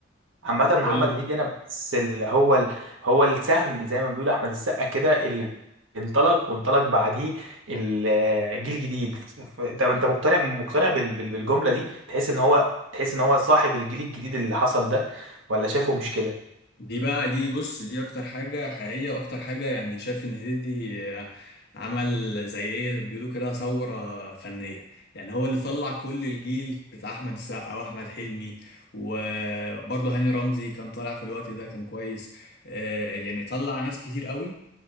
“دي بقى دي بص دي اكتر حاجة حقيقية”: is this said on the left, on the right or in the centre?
Left